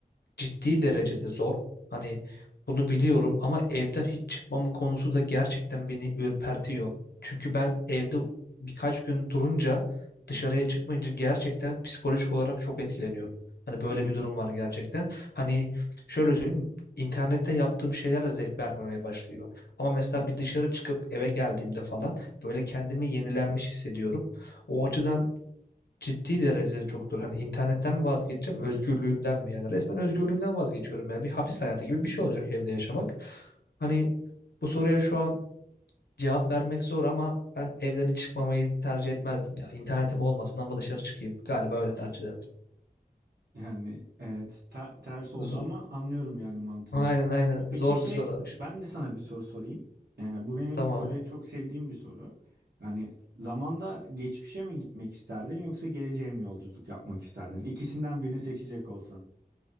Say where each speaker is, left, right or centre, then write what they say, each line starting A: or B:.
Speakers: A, on the left; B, on the right.
A: ciddi derecede zor. Hani bunu biliyorum ama evden hiç çıkmam konusu da gerçekten beni ürpertiyor. Çünkü ben evde birkaç gün durunca dışarıya çıkmayınca gerçekten psikolojik olarak çok etkileniyorum. Hani böyle bir durum var gerçekten. Hani şöyle söyleyeyim internette yaptığım şeyler de zevk vermemeye başlıyor. Ama mesela bir dışarı çıkıp eve geldiğimde falan böyle kendimi yenilenmiş hissediyorum. O açıdan ciddi derecede çoktur. Hani internetten mi vazgeçeceğim, özgürlüğümden mi? Yani resmen
B: Hı hı.
A: özgürlüğümden vazgeçiyorum. ya bir hapis hayatı gibi bir şey olacak evde yaşamak. Hani bu soruya şu an cevap vermek zor ama ben evden hiç çıkmamayı tercih etmezdim ya. İnternetim olmasın ama dışarı çıkayım. Galiba öyle tercih ederdim.
B: Yani evet te- ters oldu
A: Z-
B: ama anlıyorum yani mantığını.
A: aynen aynen
B: E, Peki
A: zor
B: şey
A: bir soru işte.
B: ben de sana bir soru sorayım. Ee, bu benim
A: Tamam.
B: böyle çok sevdiğim bir soru. Yani zamanda geçmişe mi gitmek isterdin yoksa geleceğe mi yolculuk yapmak isterdin? İkisinden birini seçecek olsan.